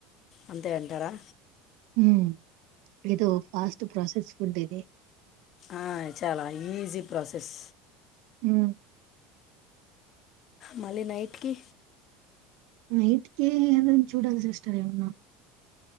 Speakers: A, on the left; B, on the right.
A: అంతే అంటారా
B: ఉ ఏదో ఫాస్ట్ ప్రాసెస్ ఫుడ్ ఇది
A: ఆ చాలా ఈజీ ప్రాసెస్
B: ఉ
A: మళ్ళీ నైట్కి
B: నైటికి ఏదైనా చూడాలి సిస్టర్ ఏమన్నా